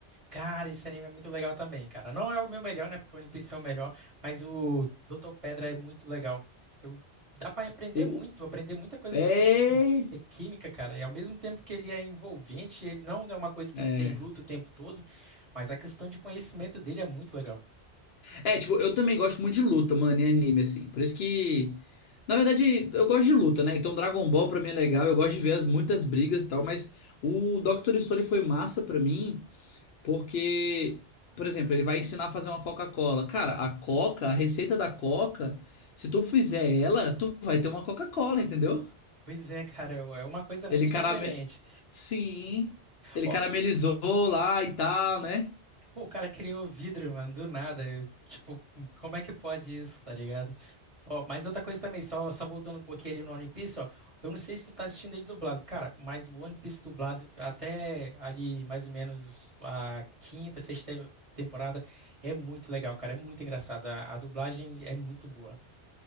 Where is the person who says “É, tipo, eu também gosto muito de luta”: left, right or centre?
Left